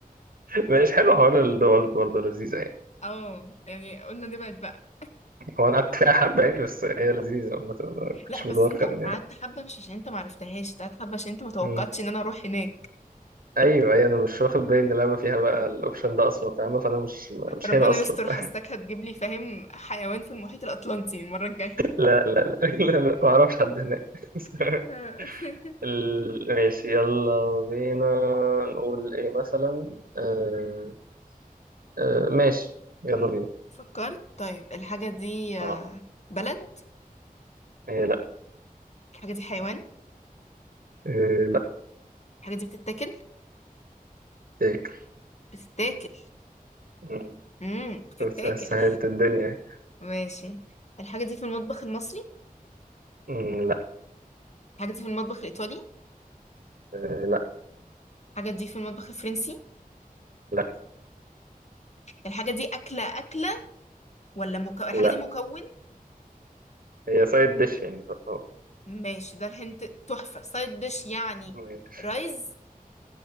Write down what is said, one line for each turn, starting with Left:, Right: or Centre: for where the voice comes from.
Right: مش حلو حوار الدول برضه لذيذة يعني
Left: اه يعني قلنا نبعد بقى
Right: هو أنا قعدت فيها حبة يعني بس هي لذيذة عامة ما كنتش
Left: لا بس
Right: متوقع
Left: انت
Right: إن هي
Left: قعدت حبه مش عشان انت معرفتهاش انت قعدت حبه عشان انت متوقعتش
Right: مم.
Left: ان انا اروح هناك
Right: أيوه أيوه أنا مش واخد بالي إن اللعبة فيها بقى الأوبشن ده أصلا فاهمة فأنا مش مش
Left: ربنا
Right: هنا أصلا
Left: يستر
Right: <laughs>
Left: حساك هتجيب لي فاهم حيوان في المحيط الاطلنطي المره الجايه
Right: لا لا لا لا لا ما أعرفش حد هناك <laughs>
Left: <laughs>
Right: ال- ماشي يلا بينا نقول ايه مثلا آه آه ماشي يلا بينا
Left: فكرت طيب الحاجه دي
Right: اه
Left: آه، بلد
Right: إيه لا
Left: الحاجه دي حيوان
Right: إيه لا
Left: الحاجه دي بتتاكل
Right: تاكل
Left: بتتاكل
Right: مم.
Left: امم بتتاكل
Right: طب س- سهلت الدنيا
Left: ماشي الحاجه دي في المطبخ المصري
Right: مم، لا
Left: الحاجه دي في المطبخ الايطالي
Right: إيه لا
Left: الحاجه دي في المطبخ الفرنسي
Right: لا
Left: الحاجه دي اكله اكله ولا مكون الحاجه
Right: لا
Left: دي مكون
Right: هي سايد ديش يعني تعتبر.
Left: ماشي ده الهنت تحفة سايد ديش يعني
Right: ماشي.
Left: رايز